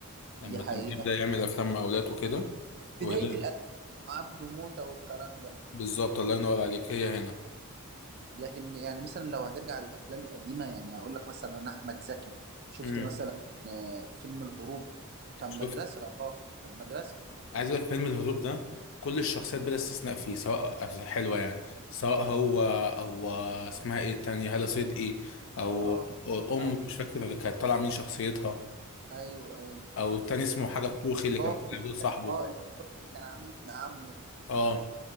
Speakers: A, on the left (about 60°); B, on the right (about 45°).
A: لما
B: دي حقيقة
A: كان بيبدا يعمل افلام مقاولات وكده وهي
B: بداية الألف عبده موتة والكلام ده
A: بالظبط الله ينور عليك هي هنا
B: لكن يعني مثلا لو هترجع للأفلام القديمة يعني أقول لك مثلا أحمد زكي شفت
A: امم
B: مثلا آه، فيلم الهروب كان مدرسة
A: شفت
B: يا راجل كان مدرسة
A: عايز اقول لك فيلم الهروب ده كل الشخصيات بلا استثناء فيه سواء حلوه يعني سواء هو او اسمها ايه التانية هالة صدقي او
B: اه
A: امه
B: أو
A: مش فاكر كانت طالعه مين شخصيتها
B: أيوه أيوه
A: او التاني اسمه حاجه الطوخي اللي كان
B: ضابط
A: طالع دور صاحبه
B: اه الضابط اللي كان عامل ابن عمه
A: اه